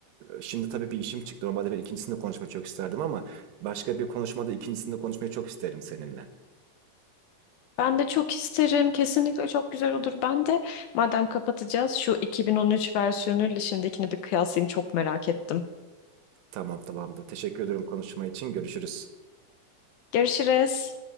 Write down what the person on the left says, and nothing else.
Ben de çok isterim. Kesinlikle çok güzel olur. Ben de madem kapatacağız şu 2013 versiyonuyla şimdikini bir kıyaslayayım. Çok merak ettim.
Görüşürüz.